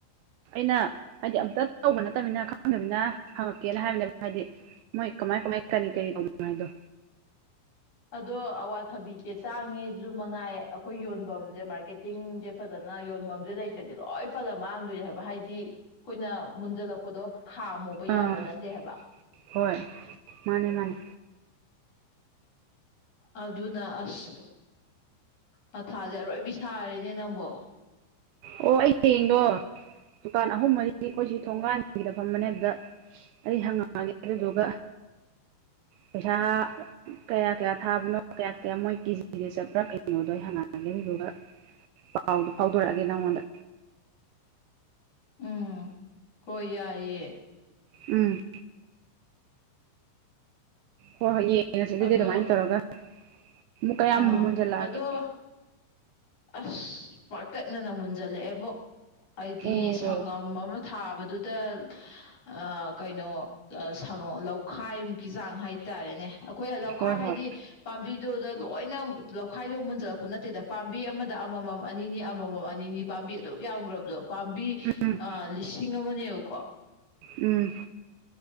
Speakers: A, on the right; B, on the left.
A: ꯑꯩꯅ ꯍꯥꯏꯗꯤ ꯑꯝꯇ ꯇꯧꯕ ꯅꯠꯇꯃꯤꯅ ꯈꯪꯗꯃꯤꯅ ꯍꯪꯉꯛꯀꯦꯅ ꯍꯥꯏꯕꯅꯦꯕ ꯍꯥꯏꯗꯤ ꯃꯣꯏ ꯀꯃꯥꯏ ꯀꯃꯥꯏ ꯀꯔꯤ ꯀꯔꯤ ꯇꯧꯕꯅ‌ꯣ ꯍꯥꯏꯗꯣ
B: ꯑꯗꯣ ꯑꯋꯥꯊꯕꯤꯁꯦ ꯇꯥꯡꯉꯦꯁꯨ ꯃꯉꯥꯏ ꯑꯈꯣꯏ ꯌꯣꯟꯐꯝ <unintelligible> ꯃꯥꯔꯀꯦꯇꯤꯡꯁꯦ ꯐꯖꯅ ꯌꯣꯟꯐꯝꯁꯦ ꯂꯩꯇ꯭ꯔꯗꯤ ꯂꯣꯏ ꯄꯠꯂ ꯃꯥꯡꯗꯣꯏꯅꯦ ꯍꯥꯏꯕ ꯍꯥꯏꯗꯤ ꯈꯣꯏꯅ ꯃꯨꯟꯖꯤꯜꯂꯛꯄꯗꯣ ꯈꯥꯝꯃꯨꯕ
A: ꯑꯥ
B: ꯌꯥꯕ ꯅꯠꯇꯦ ꯍꯥꯏꯕ
A: ꯍꯣꯏ ꯃꯥꯅꯦ ꯃꯥꯅꯦ
B: ꯑꯗꯨꯅ ꯑꯁ ꯃꯊꯥꯁꯦ ꯑꯔꯣꯏꯕꯤ ꯁꯥꯔꯤꯅꯦ ꯅꯪꯕꯣ ꯫
A: ꯑꯣ ꯑꯩ ꯍꯌꯦꯡꯗꯣ ꯗꯨꯀꯥꯟ ꯑꯍꯨꯝ ꯃꯔꯤ ꯑꯩꯈꯣꯏꯁꯤ ꯊꯣꯡꯒꯥꯟꯒꯤꯗ ꯐꯝꯕꯅꯦ ꯑꯗꯨꯗ ꯑꯩ ꯍꯪꯉꯛꯑꯒꯦ ꯑꯗꯨꯗꯨꯒ ꯄꯩꯁꯥ ꯀꯌꯥ ꯀꯌꯥ ꯊꯥꯕꯅꯣ ꯀꯌꯥ ꯀꯌꯥ ꯃꯣꯏ ꯀꯦꯖꯤꯗ ꯆꯠꯄ꯭ꯔꯥ ꯀꯩꯅꯣꯗꯣ ꯑꯩ ꯍꯪꯉꯛꯑꯒꯦ ꯑꯗꯨꯗꯨꯒ ꯄꯥꯎꯗꯨ ꯐꯥꯎꯗꯣꯔꯛꯑꯒꯦ ꯅꯪꯉꯣꯟꯗ
B: ꯎꯝ ꯍꯣꯏ ꯌꯥꯏꯑꯦ
A: ꯎꯝ꯫ ꯍꯣꯏ ꯍꯣꯏ ꯌꯦꯡꯉꯁꯤ ꯑꯗꯨꯗꯤ
B: ꯑꯗꯣ
A: ꯑꯗꯨꯃꯥꯏꯅ ꯇꯧꯔꯒ ꯑꯃꯨꯛ ꯀꯌꯥꯝꯕꯨ
B: ꯑꯥ
A: ꯃꯨꯟꯖꯤꯜꯂꯛꯑꯒꯦ
B: ꯑꯗꯣ ꯑꯁ ꯄꯥꯛꯇꯛꯅꯅ ꯃꯨꯟꯖꯜꯂꯛꯑꯦꯕꯣ ꯑꯩꯗꯤ
A: ꯑꯣ
B: ꯁꯥꯉꯝ ꯑꯃ ꯊꯥꯕꯗꯨꯗ ꯑ ꯀꯩꯅꯣ ꯑ ꯁꯥꯉꯝ ꯂꯧꯈꯥꯏꯃꯨꯛꯀꯤ ꯆꯥꯡ ꯍꯥꯏꯇꯥꯔꯦꯅꯦ ꯑ ꯑꯩꯈꯣꯏ ꯂꯧꯈꯥꯏ
A: ꯍꯣꯏ
B: ꯍꯥꯏꯗꯤ
A: ꯍꯣꯏ
B: ꯄꯥꯝꯕꯤꯗꯨꯗ ꯂꯣꯏꯅ ꯂꯧꯈꯥꯏꯗꯣ ꯃꯨꯟꯖꯜꯂꯛꯄ ꯅꯠꯇꯦꯗꯝ ꯄꯥꯝꯕꯤ ꯑꯃꯗ ꯑꯃꯃꯝ ꯑꯅꯤꯅꯤ ꯑꯃꯃꯝ ꯑꯅꯤꯅꯤ ꯄꯥꯝꯕꯤ ꯑꯗꯨꯛ ꯌꯥꯝꯈ꯭ꯔꯕꯗꯣ ꯄꯥꯝꯕꯤ
A: ꯎꯝ
B: ꯑ ꯂꯤꯁꯤꯑꯃꯅꯦꯕꯀꯣ
A: ꯎꯝ꯫